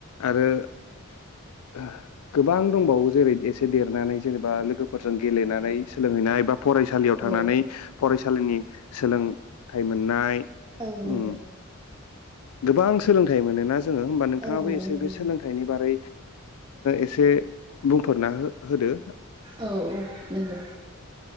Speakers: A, on the left; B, on the right.
A: आरो। <inaudible> गोबां दंबावो जेरै एसे देरनानै जेनेबा लोगोफोरजों गेलेनानै सोलोंहैनाय एबा फरायसालियाव थांनानै
B: औ
A: फरायसालिनि सोलोंथाइ मोननाय।
B: औ नंगौ।
A: उम गोबां सोलोंथाइ मोनोना जोङो होमबा नोंथाङाबो
B: औ मोनो
A: एसे
B: मोनो
A: बे सोलोंथाइनि बारै एसे बुंफोरना हो होदो।
B: औ औ नंगौ